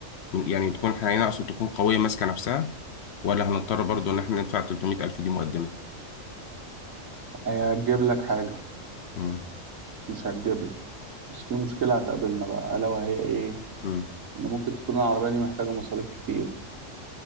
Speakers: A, on the left; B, on the right.
A: يعني تكون حنينة أقصد تكون قوية ماسكة نفسها ولا هنضطر برضو إن إحنا ندفع 300 ألف دي مقدمة
B: هي هتجيب لك حاجه
A: مم.
B: مش هتجيب بس في مشكلة هتقابلنا بقى ألا وهي إيه؟
A: مم.
B: إن ممكن تكون العربية دي محتاجة مصاريف كتير